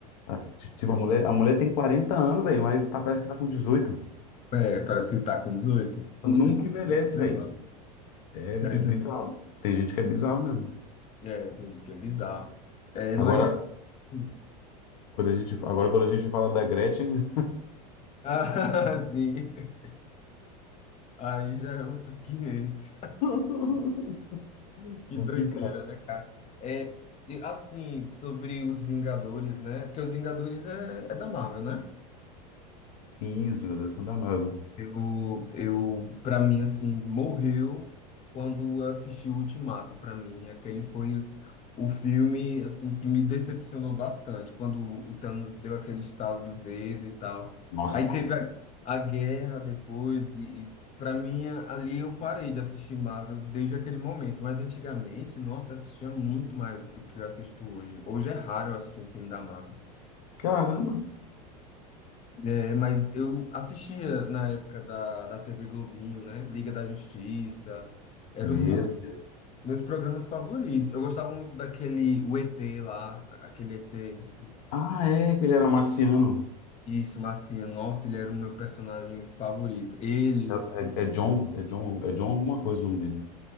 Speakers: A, on the left; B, on the left.
A: a- tipo, a mulher, a mulher tem 40 anos, velho, mas tá, parece que tá com 18.
B: É, parece que tá com dezoito rosto
A: Nunca
B: de 18,
A: envelhece,
B: 19.
A: velho. É bi-
B: Mas
A: bizarro.
B: É,
A: Tem gente que é bizarro mesmo.
B: é, tem gente que é bizarro. É,
A: Agora,
B: mas. <laughs>
A: quando a gente, agora, quando a gente fala da Gretchen.
B: Ah, sim. Aí já é outros quinhentos
A: <laughs>
B: Que
A: Complicado.
B: doideira, né, cara? É, e assim, sobre os Vingadores, né? Porque os Vingadores é, é da Marvel, né?
A: Sim, os Vingadores são da Marvel.
B: Eu, eu para mim assim, morreu quando eu assisti o Ultimato, para mim, aquele foi o filme assim que me decepcionou bastante, quando o Thanos deu aquele estalo do dedo e tal.
A: Nossa,
B: Aí teve a, a guerra depois e, e para mim ali eu parei de assistir Marvel desde aquele momento, mas antigamente, nossa, eu assistia muito mais do que eu assisto hoje. Hoje é raro eu assistir um filme da Marvel.
A: caramba.
B: É, mas eu assistia na época da, da TV Globinho, né? Liga da Justiça. Eram
A: Meu
B: os meus,
A: Deus.
B: meus programas favoritos. Eu gostava muito daquele o ET lá, aquele ET, não sei se...
A: Ah, é, que ele era marciano.
B: Isso, Marciano. Nossa, ele era o meu personagem favorito. Ele,
A: É,
B: o-
A: é- é John, é John, é John alguma coisa o nome dele.